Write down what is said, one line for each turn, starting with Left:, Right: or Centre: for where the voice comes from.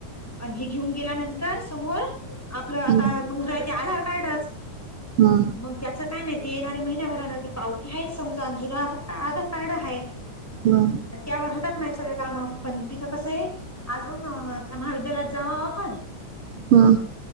Centre: आणि हे घेऊन गेल्यानंतर समोर आपलं
Right: हा
Centre: आता मग जाय ते आधार कार्डच.
Right: हा.
Centre: मग त्याचं काय नाही ते येणाऱ हाय महिन्याभरान ती पावती आहेच समजा जुन आधा आधार कार्ड आहे.
Right: हम्म.
Centre: आणि त्यावर होतात ना ही सगळे काम, पण तिथं कसं आहे अजून त्या महाविद्यालयात जाव आपण
Right: हा.